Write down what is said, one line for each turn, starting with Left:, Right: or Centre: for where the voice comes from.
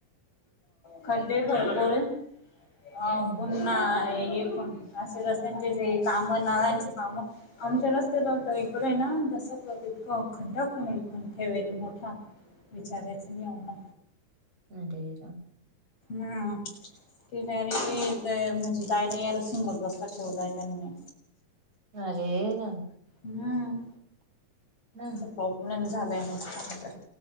Left: खड्डे भरपूर अ
Right: हम्म.
Left: पुन्हा हेण असे रस्त्यांचे जे काम नालांचे कामं आमच्या रस्ते लत इकडे आहे ना दसत खंडा कोन कोण ठेवाल मोठा विचारायचा नाही यांना
Right: अरे राम
Left: हम ते डारेक्टली म्हणजे जायला यायला सिंगल रस्ता ठेवलाय त्यांनी
Right: अरे राम
Left: हम्म
Right: राम
Left: अस प्रॉब्लेम झालाय नुसता